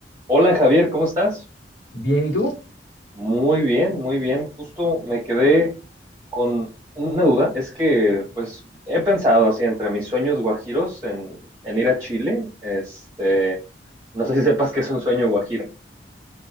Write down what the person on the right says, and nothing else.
Hola Javier, ¿cómo estás?
Muy bien, muy bien. Justo me quedé con una duda. Es que, pues, he pensado así entre mis sueños guajiros en, en ir a Chile. Este, no sé si sepas que es un sueño guajiro.